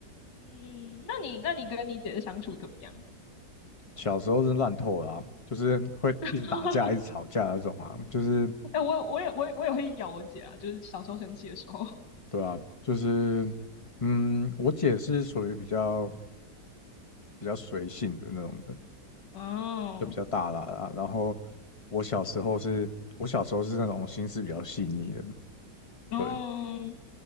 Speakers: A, on the left; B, on the left.
A: 嗯，那你那你跟你姐的相处怎么样？
B: 小时候是烂透了啊，就是会一直打架、
A: <laughs>
B: 一直吵架那种啊，就是
A: 哎、我我也我也我也会咬我姐啊，就是小时候生气的时候。<laughs>
B: 对啊，就是嗯，我姐是属于比较比较随性的那种人，
A: 哦，
B: 就比较大啦啦。然后我小时候是，我小时候是那种心思比较细腻的，
A: 然后
B: 对。